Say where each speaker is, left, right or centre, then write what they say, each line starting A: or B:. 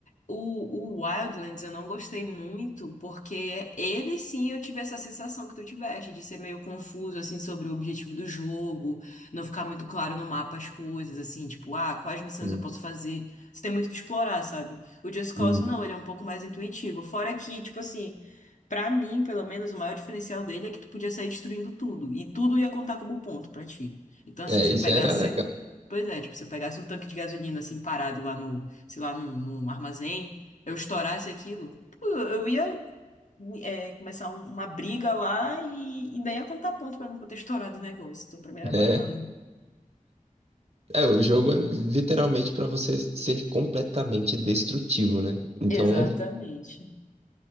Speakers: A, on the left; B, on the right.
A: O, o Wildlands eu não gostei muito, porque ele sim eu tive essa sensação que tu tiveste, de ser meio confuso, assim, sobre o objetivo do jogo, não ficar muito claro no mapa as coisas, assim, tipo, ah, quais missões
B: Hum,
A: eu posso fazer? Você tem muito que explorar, sabe? O Just Cause
B: hum.
A: não, ele é um pouco mais intuitivo. Fora que, tipo assim, pra mim, pelo menos, o maior diferencial dele é que tu podia sair destruindo tudo, e tudo ia contar como ponto pra ti. Então, assim,
B: É,
A: se
B: isso
A: eu pegasse
B: era legal.
A: Pois é, tipo, se eu pegasse um tanque de gasolina assim parado lá no, sei lá, num, num armazém, eu estourasse aquilo, pô, eu ia é, começar um- uma briga lá e ainda ia contar ponto pra mim por ter estourado o negócio. Então, pra mim era
B: É,
A: bacana.
B: é, o jogo é literalmente pra você ser completamente destrutivo, né? Então,
A: Exatamente.